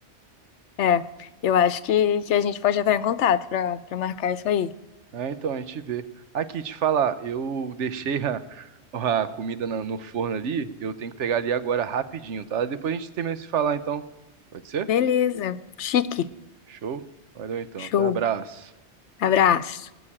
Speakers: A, on the left (about 80°); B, on the right (about 85°).
A: É, eu acho que, que a gente pode entrar em contato pra para marcar isso aí.
B: É, então, a gente vê. Aqui, te falar, eu deixei a, a comida na- no forno ali, eu tenho que pegar ali agora rapidinho, tá? Depois a gente termina de se falar, então. Pode ser?
A: Beleza. Chique.
B: Show? Valeu então,
A: Show.
B: tá? Abraço.
A: Abraço.